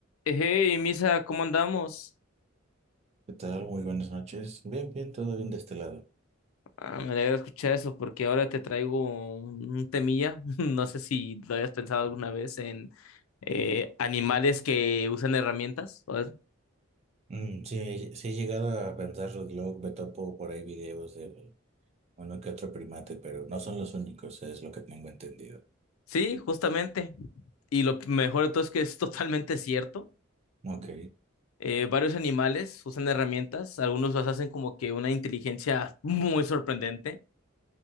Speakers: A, on the left; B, on the right.
A: Hey, Misa, ¿cómo andamos?
B: ¿Qué tal? Muy buenas noches. Bien, bien, todo bien de este lado.
A: Ah, me alegra escuchar eso porque ahora te traigo un temilla. <laughs> No sé si lo hayas pensado alguna vez en eh, animales que usan herramientas. o-
B: Mm, sí, sí he llegado a pensarlo, luego me topo por ahí videos de uno que otro primate, pero no son los únicos, es lo que tengo entendido.
A: Sí, justamente. Y lo mejor de todo es que es <laughs> totalmente cierto.
B: Ok.
A: Eh, varios animales usan herramientas. Algunos las hacen como que una inteligencia <laughs> muy sorprendente.